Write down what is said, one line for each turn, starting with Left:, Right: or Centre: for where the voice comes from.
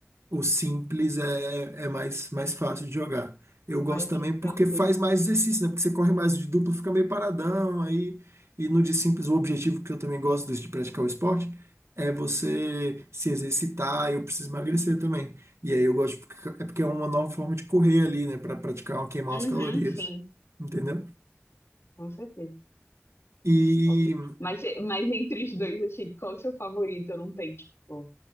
Right: o simples é, é mais, mais fácil de jogar. Eu
Left: mais
Right: gosto também porque
Left: tranquilo.
Right: faz mais exercício, né? Porque você corre mais o de duplo, fica meio paradão, aí e no de simples o objetivo que eu também gosto desse de praticar o esporte é você se exercitar, eu preciso emagrecer também. E aí eu gosto porque é porque é uma nova forma de correr ali, né, para praticar, um, queimar
Left: Uhum,
Right: as calorias.
Left: sim,
Right: Entendeu?
Left: com certeza.
Right: E
Left: Top. Mas, mas entre os dois, assim, qual o seu favorito? Eu não tenho, tipo,